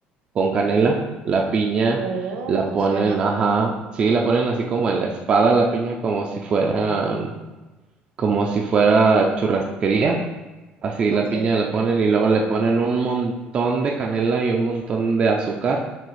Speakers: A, on the right; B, on the right.
A: con canela, la piña,
B: Oh,
A: la ponen,
B: suena.
A: ajá, sí, la ponen así como en la espada, la piña, como si fueran, como si fuera churrasquería, así
B: Ok,
A: la piña la ponen y luego le ponen un montón de canela y un montón de azúcar